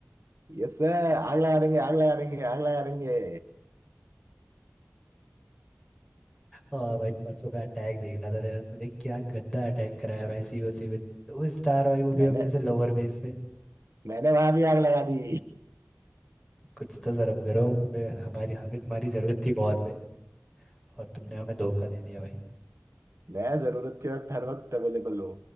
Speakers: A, on the right; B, in the centre.
A: यस सर आग लगा देंगे आग लगा देंगे आग लगा देंगे
B: और भाई परसों का अटैक देख रहा था तेरा तूने क्या गंदा अटैक कराया भाई सीओसी में दो स्टार भाई वो भी
A: मैंने
B: अपने से लोअर बेस में
A: मैंने वहां भी आग लगा दी
B: कुछ तो शर्म करो तुम्हें हमारी हमें तुम्हारी जरूरत थी और पे और तुमने हमें धोखा दे दिया भाई
A: मैं जरूरत के वक्त हर वक्त अवेलेबल हूँ